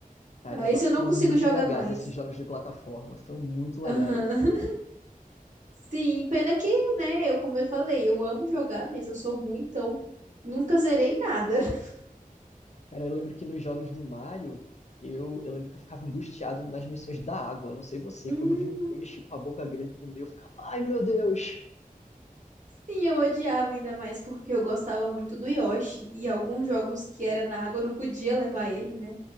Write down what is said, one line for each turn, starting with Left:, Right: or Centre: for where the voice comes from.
Left: Caramba,
Right: Ah, Esse eu
Left: são
Right: não consigo
Left: muito
Right: jogar
Left: legais
Right: mais.
Left: esses jogos de plataforma, são muito legais.
Right: Aham. Sim, pena que, né, eu, como eu falei, eu amo jogar, mas eu sou ruim, então nunca zerei nada. <laughs>
Left: Cara, eu lembro que nos jogos do Mario, eu, eu lembro que eu ficava angustiado nas missões da água. Não sei você,
Right: Hum,
Left: quando eu vi o peixe com a boca grande comer, eu ficava, ai meu Deus!
Right: sim, eu odiava ainda mais porque eu gostava muito do Yoshi e alguns jogos que era na água eu não podia levar ele, né?